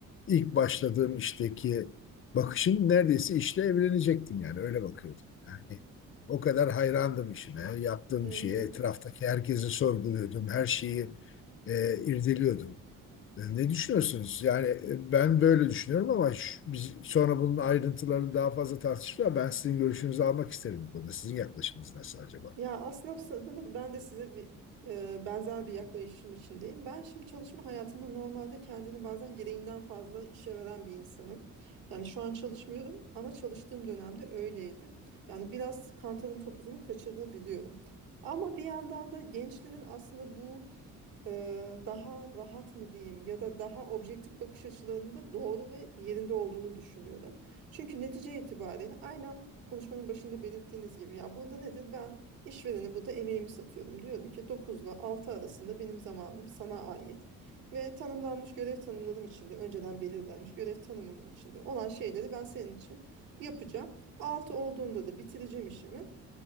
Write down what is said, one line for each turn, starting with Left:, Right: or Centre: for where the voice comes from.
Left: ilk başladığım işteki bakışım neredeyse işle evlenecektim yani öyle bakıyordum. Yani o kadar hayrandım işime, yaptığım
Right: Hı
Left: şeye,
Right: hı.
Left: etraftaki herkesi sorguluyordum, her şeyi e, irdeliyordum. E, Ne düşünüyorsunuz? Yani e, ben böyle düşünüyorum ama şu- biz sonra bunun ayrıntılarını daha fazla tartışırız. Ben sizin görüşünüzü almak isterim bu konuda. Sizin yaklaşımınız nasıl acaba?
Right: Ya aslında sanırım ben de size bir e, benzer bir yaklaşım içindeyim. Ben şimdi çalışma hayatında normalde kendini bazen gereğinden fazla işe veren bir insanım. Yani şu an çalışmıyorum ama çalıştığım dönemde öyleydim. Yani biraz kantarın topuzunu kaçırabiliyorum. Ama bir yandan da gençlerin aslında bu eee, daha rahat mı diyeyim ya da daha objektif bakış açılarında doğru ve yerinde olduğunu düşünüyorum. Çünkü netice itibariyle aynen konuşmanın başında belirttiğiniz gibi ya burada nedir? Ben işverene burada emeğimi satıyorum. Diyorum ki 9 ile 6 arasında benim zamanım sana ait ve tanımlanmış görev tanımlarım içinde önceden belirlenmiş görev tanımım içinde olan şeyleri ben senin için yapacağım. 6 olduğunda da bitireceğim işimi.